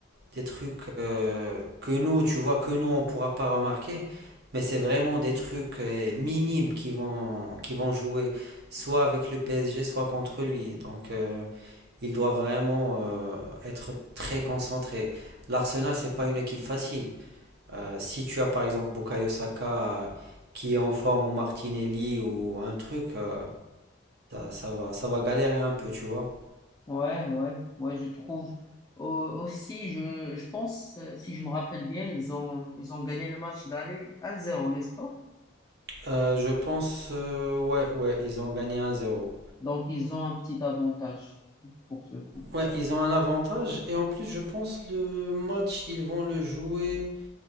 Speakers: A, on the right; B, on the left.
A: des trucs euh, que nous, tu vois, que nous, on ne pourra pas remarquer, mais c'est vraiment des trucs euh, minimes qui vont, qui vont jouer, soit avec le PSG, soit contre lui. Donc, euh, il doit vraiment euh, être très concentré. L'Arsenal, c'est pas une équipe facile. Euh, si tu as par exemple Bukayo Saka euh, qui est en forme ou Martinelli ou un truc, euh, ça va, ça va galérer un peu, tu vois.
B: Ouais, ouais, ouais, je trouve. Au- aussi, je, je pense, euh, si je me rappelle bien, ils ont, ils ont gagné le match d'aller un zéro, n'est-ce pas?
A: Euh, je pense, euh, ouais, ouais, ils ont gagné 1-0.
B: Donc, ils ont un petit avantage pour ce coup.
A: Ouais, ils ont un avantage et en plus, je pense le match, ils vont le jouer.